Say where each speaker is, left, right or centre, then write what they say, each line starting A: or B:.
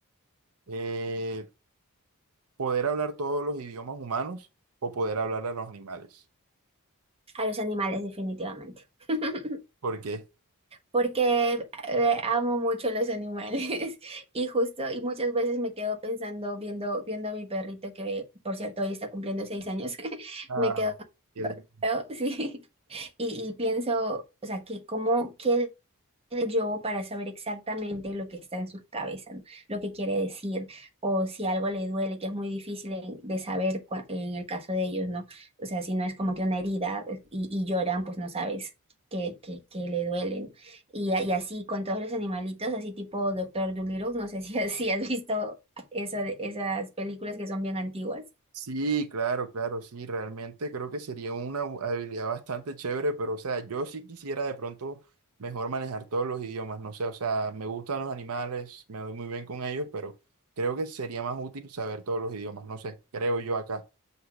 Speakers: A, on the right; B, on the right.
A: Eh, ¿poder hablar todos los idiomas humanos o poder hablar a los animales?
B: A los animales, definitivamente. <laughs>
A: Porque,
B: Porque eh, amo mucho los animales <laughs> y justo, y muchas veces me quedo pensando, viendo, viendo a mi perrito que, por cierto, hoy está cumpliendo seis años, <laughs>
A: ah,
B: me quedo,
A: el-
B: <laughs> sí. Y, y pienso, o sea, que cómo quedo yo para saber exactamente lo que está en su cabeza, ¿no? Lo que quiere decir, o si algo le duele, que es muy difícil en- de saber cua- en el caso de ellos, ¿no? O sea, si no es como que una herida pues, y, y lloran, pues no sabes que, que, que le duelen. Y, a- y así con todos los animalitos, así tipo Doctor Dolittle, no sé si, <laughs> si has visto eso, de- esas películas que son bien antiguas.
A: sí, claro, claro, sí, realmente creo que sería una bu- habilidad bastante chévere, pero, o sea, yo sí quisiera de pronto mejor manejar todos los idiomas, no sé, o sea, me gustan los animales, me doy muy bien con ellos, pero creo que sería más útil saber todos los idiomas, no sé, creo yo acá.